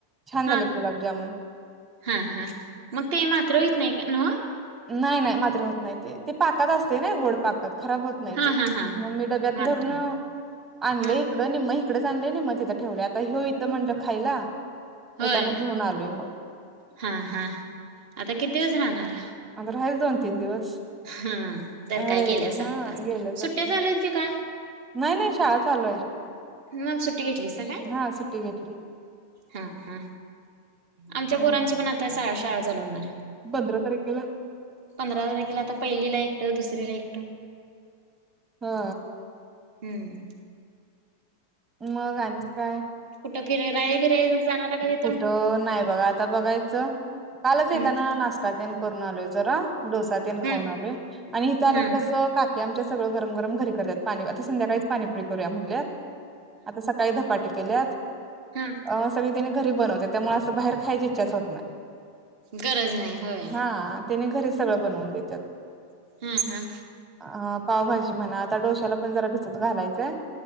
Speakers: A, on the right (about 20°); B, on the right (about 50°).
A: छान
B: हा
A: झालंत गुलाबजामुन
B: हा हा मग ते मात्र हुईत नाही का ओ
A: नाही नाही मात्र होत नाही ते ते पाकत असतय न्हाई गोड पाकत खराब होत नाही
B: हा
A: ते
B: हा हा
A: मग मी डब्यात
B: मात्र
A: भरून
B: होत.
A: आणलंय
B: हा
A: इकडं निम्म मग इकडंच आणलंय निम्म तिथं ठेवलय आता ह्यो इथं म्हणल खायला येताना
B: होय
A: घेऊन आलोय मग
B: हा हा आता किती दिवस राहणार
A: आता राहायचं दोन तीन दिवस
B: हा तर
A: अरे
B: काय गेल्यासारखं
A: हा गेल्यासारखं
B: सुट्ट्या चालू आहेत की काय
A: नाही नाही शाळा चालू आहे
B: मग सुट्टी घेतलीसा काय
A: हा सुट्टी घेतली
B: हा हा आमच्या
A: हं,
B: पोरांची पण आता शाळा चालू होणार
A: पंधरा तारखेला
B: पंधरा तारखेला आता पहिलीला एकटं दुसरीला एकटं
A: हा
B: हम्म
A: मग आणि काय
B: कुठं फिरायला बिरायला जाणारा का तिथून
A: कुठं नाही बघा आता बघायचं कालच येत
B: हम्म
A: ना नाष ष्टा तेन करून आलोय जरा डोसा तेन
B: हम्म
A: खाऊन आलोय आणि इथं आल्यावर
B: हा
A: कसं कि आमच्या सगळं गरम गरम घरी करत्यात पाणी आता संध्याकाळीच पाणीपुरी करूया म्हणल्यात आता सका ळी धपाटघ केल्यात
B: हम्म
A: अ सगळी त्यांनी घरी बनवत्यात त्यामुळे असं बाहेर खायची इच्छाच होत नाही
B: गरज नाही होय
A: हा त्यांनी घरी सगळं बनवून देत्यात
B: हम्म हम्म
A: अ पावभाजी म्हणा आता डोश्याला पण जरा भिजत घालायचं